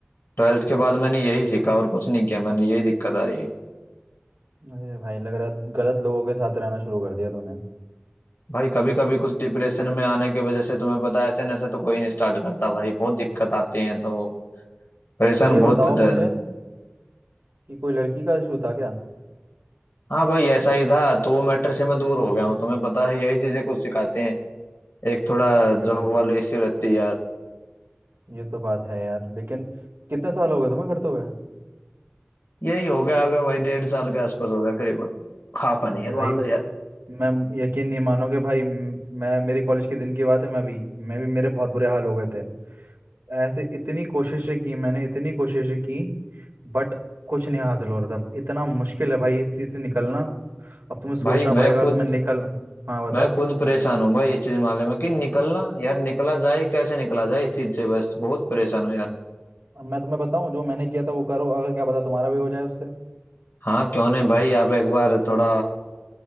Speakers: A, on the left; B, on the right.
A: ट्वेल्थ के बाद मैंने यही सीखा और कुछ नहीं किया मैंने यही दिक्कत आ रही है
B: अरे भाई लग रहा है गलत लोगों के साथ रहना शुरू कर दिया तूने
A: भाई कभी कभी कुछ डिप्रेशन में आने की वजह से तुम्हें पता है ऐसे नशे तो कोई नहीं स्टार्ट करता भाई बहुत दिक्कत आती है तो परेशान
B: ये
A: बहुत
B: बताओ
A: रह-
B: मुझे कि कोई लड़की का इशू था क्या
A: हाँ भाई ऐसा ही था तो वो मैटर से मैं दूर हो गया हूँ तुम्हें पता है यही चीजें कुछ सिखाते हैं एक थोड़ा जॉब
B: ये बात
A: वाले
B: तो
A: इश्यू रहती है यार
B: ये तो बात है यार लेकिन कितने साल हो गए तुम्हें करते हुए
A: यही हो गया होगा भाई डेढ़ साल के आसपास होगा करीबन हाफ एन ईयर
B: भाई
A: मान लो यार
B: मैं यकीन नहीं मानोगे भाई म- मैं मेरे कॉलेज के दिन की बात है मैं भी मैं भी मेरे बहुत बुरे हाल हो गए थे ऐसे इतनी कोशिशें की मैंने इतनी कोशिशें की बट कुछ नहीं हासिल हो रहा था इतना मुश्किल है भाई इस चीज़ से निकलना अब तुम्हें सोचना
A: भाई मैं
B: पड़ेगा
A: खुद
B: और तुम्हें निकल हाँ बताओ
A: मैं खुद परेशान हूँ भाई इस चीज मामले में कि निकलना यार निकला जाए कैसे निकला जाए इस चीज से बस बहुत परेशान हूँ यार
B: अब मैं तुम्हें बताऊं जो मैंने किया था वो करो अगर क्या पता तुम्हारा भी हो जाए उससे
A: हाँ क्यों नहीं भाई आप एक बार थोड़ा